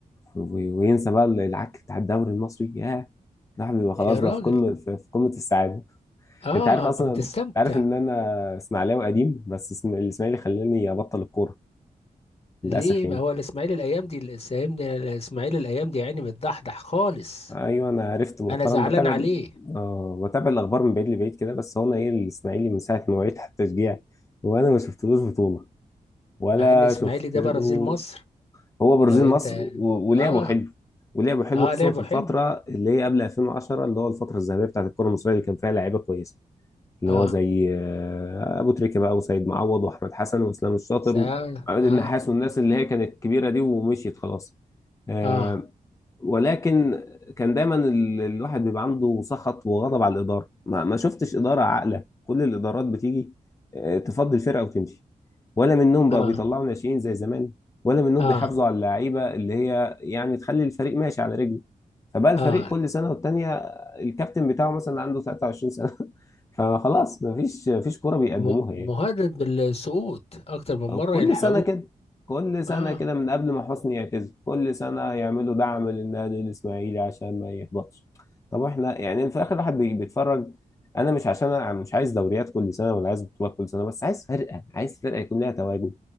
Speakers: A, on the left (about 20°); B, on the left (about 45°).
A: و- وينسى بقى العك بتاع الدوري المصري ياه الواحد بيبقى خلاص
B: يا راجل
A: بقى في قمة في في قمة السعادة
B: اه
A: انت عارف اصلا
B: بتستمتع
A: انت عارف ان انا اسماعيلاوي قديم بس اسم- الاسماعيلي خلاني ابطل الكورة للأسف
B: ليه
A: يعني
B: ما هو الاسماعيلي الايام دي الاسماعيلي الإسماعيلي الايام دي يعني متضحضح خالص
A: ايوه انا عرفت مؤخرا
B: انا زعلان
A: بتابع
B: عليه
A: ال- اه بتابع الاخبار من بعيد لبعيد كده بس هو انا ايه الاسماعيلي من ساعة ما وعيت حتى تشجيع وانا ما شفتلوش بطولة ولا
B: مع ان اسماعيلي
A: شفت
B: ده
A: له
B: برازيل مصر
A: هو برازيل
B: لو انت
A: مصر و- ولعبوا
B: اه
A: حلو ولعبوا حلو
B: اه
A: خصوصا
B: لعبه
A: في الفترة
B: حلو
A: اللي هي قبل 2010 اللي هو الفترة الذهبية بتاعت الكرة المصرية اللي كان فيها لعيبة كويسة اللي
B: اه
A: هو زي آه، أبو تريكة بقى وسيد معوض وأحمد حسن وإسلام الشاطر
B: سأل
A: وعماد
B: اه
A: النحاس والناس اللي هي كانت كبيرة دي ومشيت خلاص آه،
B: اه
A: ولكن كان دايما ال- الواحد بيبقى عنده سخط وغضب على الإدارة ما, ما شفتش إدارة عاقلة كل الإدارات بتيجي آه، تفضي الفرقة وتمشي ولا منهم بقى
B: اه
A: بيطلعوا ناشئين زي زمان ولا منهم
B: اه
A: بيحافظوا على اللعيبة اللي هي يعني تخلي الفريق ماشي على رجله فبقى الفريق
B: اه
A: كل سنة والتانية الكابتن بتاعه مثلا عنده 23 سنة <laughs> فخلاص مفيش مفيش كورة بيقدموها
B: م- مهدد
A: يعني
B: بالسقوط اكتر من مره
A: كل
B: يلحقوه
A: سنة كده كل سنة
B: اه
A: كده من قبل ما حسني يعتزل كل سنة يعملوا دعم للنادي الإسماعيلي عشان ما يهبطش طب احنا يعني في الآخر الواحد بي- بيتفرج أنا مش عشان أنا مش عايز دوريات كل سنة ولا عايز بطولات كل سنة بس عايز فرقة عايز فرقة يكون لها تواجد